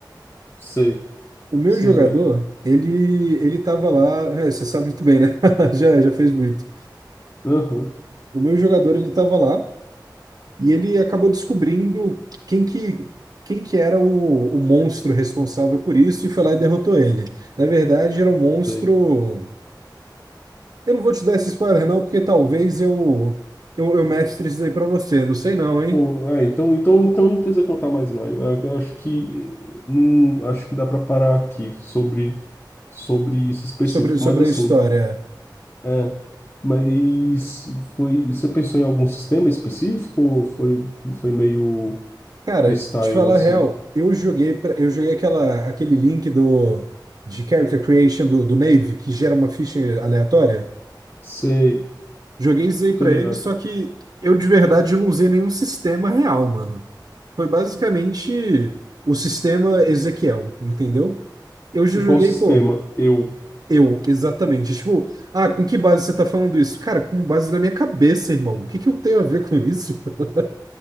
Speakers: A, on the left; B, on the right.
A: sei.
B: O meu
A: Sei
B: jogador,
A: bem.
B: ele ele tava lá, é, você sabe muito bem, né? <laughs> Já, já fez muito.
A: Aham,
B: O meu jogador, ele estava lá e ele acabou descobrindo quem que, quem que era o, o monstro responsável por isso e foi lá e derrotou ele. Na verdade, era um monstro...
A: sei.
B: Eu não vou te dar esse spoiler não, porque talvez eu, eu, eu mestre isso aí pra você. Não sei não, hein?
A: Pô, é, então, então, então não precisa contar mais, não. Eu, eu acho que, eh, não, acho que dá para parar aqui sobre, sobre isso específico.
B: Sobre, sobre
A: Mas assim,
B: a história.
A: É, mas foi. Você pensou em algum sistema específico ou foi, foi meio
B: Cara,
A: freestyle
B: de falar
A: assim?
B: a real, eu joguei, pra- eu joguei aquela, aquele link do, de character creation do, do Navy, que gera uma ficha aleatória.
A: Sei,
B: Joguei isso aí pra
A: tô ligado.
B: ele, só que eu de verdade não usei nenhum sistema real, mano. Foi basicamente o sistema Ezequiel, entendeu? Eu já joguei,
A: Qual sistema?
B: pô,
A: Eu.
B: eu, exatamente. Tipo, ah, com que base você tá falando isso? Cara, com base na minha cabeça, irmão. O que que eu tenho a ver com isso? <laughs>